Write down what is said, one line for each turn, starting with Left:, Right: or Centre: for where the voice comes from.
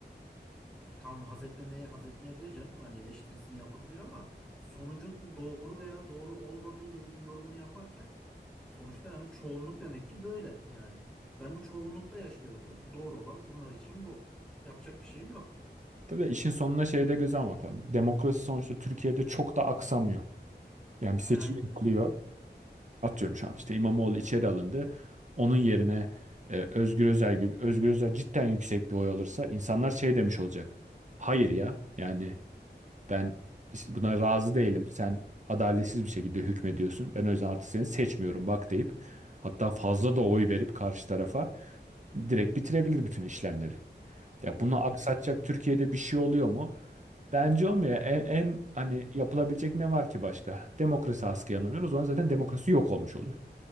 Centre: Tamam haz etmemeye haz etmeyebilir canım. Yani eleştirisini yapabilir ama sonucun doğru veya doğru olmadığı ile ilgili yorumunu yaparken sonuçta yani çoğunluk demek ki böyle yani. Ben bu çoğunlukta yaşıyorum. Bu doğru olan bunlar için bu. Yapacak bir şeyim yok.
Right: Tabii işin sonuna şey de göze almak lazım. Demokrasi sonuçta Türkiye'de çok da aksamıyor. Yani bir seçim
Centre: E, Aynen
Right: yapılıyor.
Centre: öyle.
Right: Atıyorum şu an işte İmamoğlu içeri alındı. Onun yerine e, Özgür Özel, Özgür Özel cidden yüksek bir oy alırsa insanlar şey demiş olacak. Hayır ya yani Ben işte buna razı değilim. Sen adaletsiz bir şekilde hükmediyorsun. Ben o yüzden artık seni seçmiyorum bak deyip hatta fazla da oy verip karşı tarafa direkt bitirebilir bütün işlemleri. Ya bunu
Centre: Aynen
Right: aksatacak
Centre: öyle.
Right: Türkiye'de bir şey oluyor mu? Bence olmuyor. En, en hani
Centre: Hmm.
Right: yapılabilecek ne var ki başka? Demokrasi askıya alınıyor. O zaman zaten demokrasi yok olmuş oluyor.